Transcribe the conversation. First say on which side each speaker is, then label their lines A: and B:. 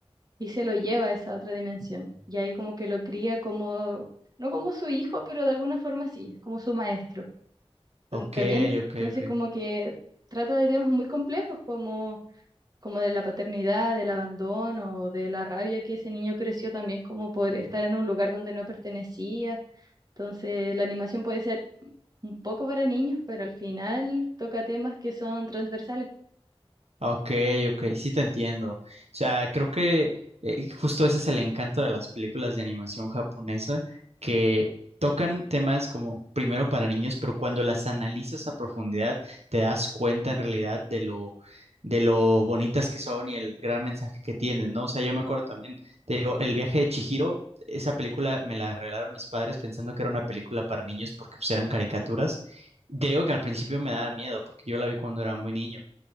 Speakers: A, on the right; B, on the right.
A: y se lo lleva a esa otra dimensión. Y ahí como que lo cría como, no como su hijo, pero de alguna forma sí, como su maestro.
B: Ok,
A: Tam- También,
B: ok,
A: entonces
B: ok.
A: como que trata de temas muy complejos como, como de la paternidad, del abandono, de la rabia que ese niño creció también como por estar en un lugar donde no pertenecía. Entonces la animación puede ser un poco para niños, pero al final toca temas que son transversales.
B: Ok, ok, sí te entiendo. O sea, creo que eh, justo ese es el encanto de las películas de animación japonesa, que tocan temas como primero para niños, pero cuando las analizas a profundidad te das cuenta en realidad de lo, de lo bonitas que son y el gran mensaje que tienen, ¿no? O sea, yo me acuerdo también, te digo, El viaje de Chihiro, esa película me la regalaron mis padres pensando que era una película para niños porque pues eran caricaturas. Te Digo que al principio me daba miedo porque yo la vi cuando era muy niño.